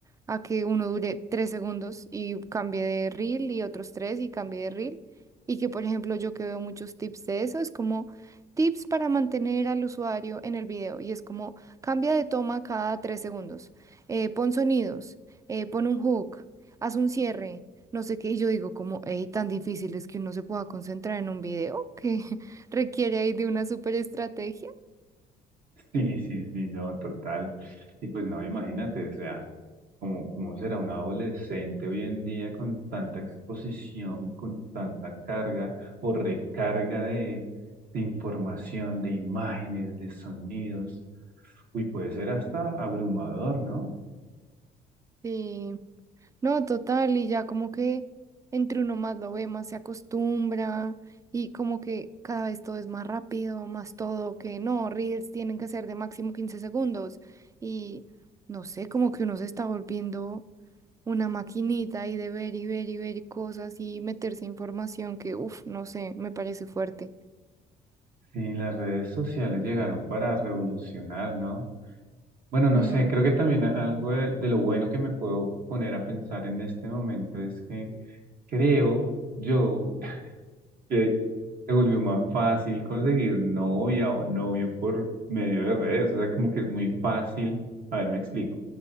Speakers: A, on the right (about 20°); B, on the right (about 60°).
A: a que uno dure tres segundos y cambie de reel y otros tres y cambie de reel. Y que, por ejemplo, yo que veo muchos tips de eso, es como tips para mantener al usuario en el video. Y es como cambia de toma cada tres segundos, eh, pon sonidos, eh, pon un hook, haz un cierre. No sé qué, y yo digo como, hey, tan difícil es que uno se pueda concentrar en un video que <laughs> requiere ahí de una super estrategia.
B: Sí, sí, sí, no, total. Y pues no, imagínate, o sea, ¿cómo, cómo será un adolescente hoy en día con tanta exposición, con tanta carga o recarga de, de información, de imágenes, de sonidos? Uy, puede ser hasta abrumador, ¿no?
A: Sí, no, total, y ya como que entre uno más lo ve, más se acostumbra y como que cada vez todo es más rápido, más todo, que no, reels tienen que ser de máximo 15 segundos y no sé, como que uno se está volviendo una maquinita y de ver y ver y ver cosas y meterse información que, uff, no sé, me parece fuerte.
B: Sí, las redes sociales llegaron para revolucionar, ¿no? Bueno, no
A: Mm.
B: sé, creo que también a- algo de, de lo bueno que me puedo poner a pensar en este momento es que creo yo <laughs> que se volvió más fácil conseguir novia o novio por medio de redes, o sea, como que es muy fácil, a ver, me explico,